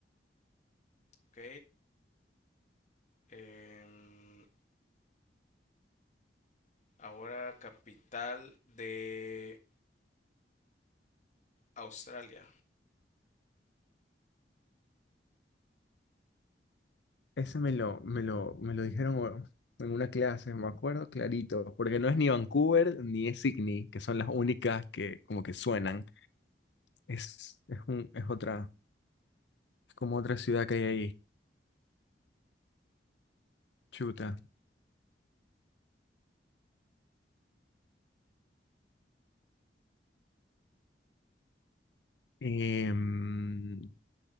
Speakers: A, on the left; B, on the left.
A: Ok. Em, ahora capital de Australia.
B: Ese me lo, me lo, me lo dijeron o- en una clase, me acuerdo clarito, porque no es ni Vancouver ni es Sydney, que son las únicas que como que suenan. Es, es un, es otra. Es como otra ciudad que hay ahí. Chuta. Em,